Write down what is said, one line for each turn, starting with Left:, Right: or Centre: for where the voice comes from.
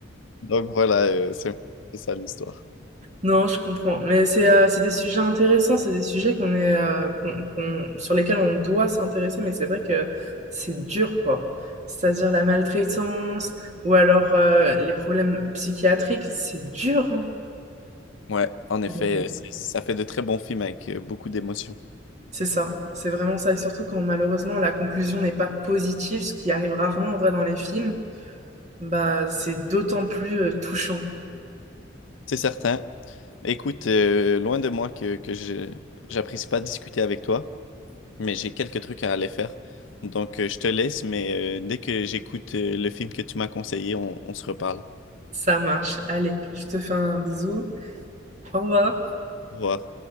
Left: Donc voilà, euh, c'est un peu ça l'histoire.
Right: Non, je comprends. Mais c'est euh, c'est des sujets intéressants, c'est des sujets qu'on est, euh, qu'on- qu'on- sur lesquels on doit s'intéresser, mais c'est vrai que c'est dur, quoi. C'est-à-dire la maltraitance ou alors euh, les problèmes psychiatriques, c'est dur. hein.
Left: Ouais, en effet,
Right: Mais
Left: euh, c'est- ça fait de très bons films avec euh, beaucoup d'émotions.
Right: C'est ça, c'est vraiment ça. Et surtout quand malheureusement la conclusion n'est pas positive, ce qui arrive rarement en vrai dans les films, bah c'est d'autant plus euh, touchant.
Left: C'est certain. Écoute, euh, loin de moi que, que je j'apprécie pas discuter avec toi, mais j'ai quelques trucs à aller faire. Donc euh, je te laisse, mais euh, dès que j'écoute euh, le film que tu m'as conseillé, on, on se reparle.
Right: Ça marche. Allez, je te fais un bisou. Au revoir.
Left: Au revoir.